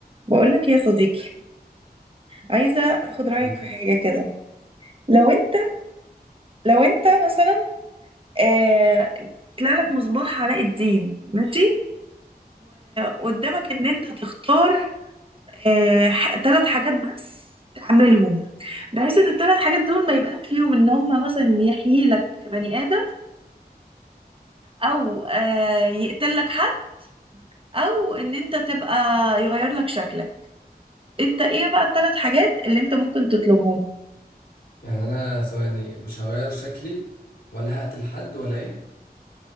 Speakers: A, on the right; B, on the left.
A: بقولك يا صديقي عايزة أخد رأيك
B: ماشي
A: في حاجة كده لو أنت لو أنت مثلا آه، طلع لك مصباح علاء الدين ماشي وقدامك إن أنت تختار آه... ح... ثلاث حاجات بس تعملهم بحيث إن الثلاث حاجات دول ما يبقاش فيهم إن هما مثلا يحيي لك بني آدم أو آه، يقتل لك حد أو إن أنت تبقى يغير لك شكلك أنت إيه بقى الثلاث حاجات اللي أنت ممكن تطلبهم
B: يعني انا ثواني مش هغير شكلي ولا هقتل حد ولا ايه